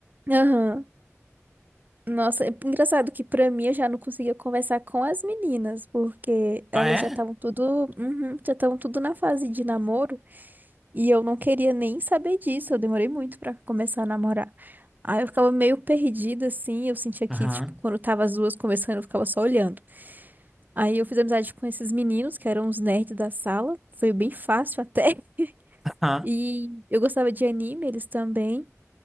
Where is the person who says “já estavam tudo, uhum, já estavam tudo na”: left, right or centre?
Right